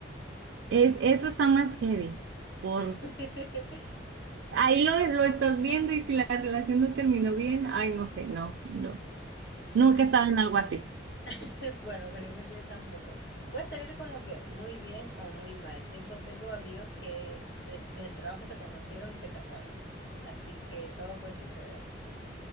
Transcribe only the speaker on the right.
es, eso está más heavy, porque
ahí lo, lo estás viendo y si la relación no terminó bien, ay, no sé, no, no.
Nunca estaba en algo así.